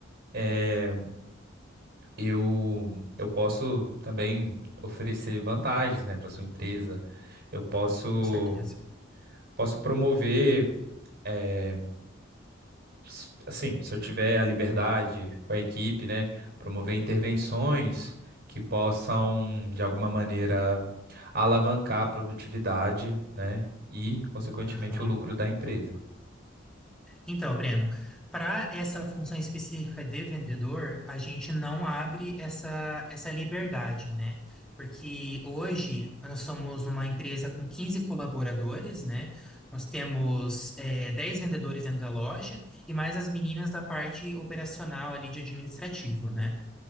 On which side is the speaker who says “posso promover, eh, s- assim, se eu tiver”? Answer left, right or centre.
Right